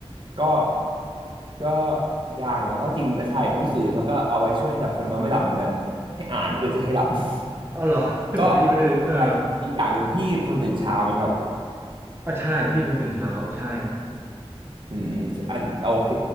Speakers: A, on the right; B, on the right.
A: ก็ ก็ยากเลยนะเพราะจริงใช่หนังสือเขาก็เอาไว้ช่วยสำหรับคนนอนไม่หลับเหมือนกันให้อ่านเพื่อจะให้หลับ
B: อ๋อเหรอ
A: <laughs>
B: <laughs>
A: ก็
B: แต่พี่ไม่ได้เออ
A: แต่อีกอย่างหนึ่งพี่คนตื่นเช้าไหมครับ
B: อ่ะใช่พี่เป็นคนตื่นเช้าใช่
A: อืมอมอันโอเค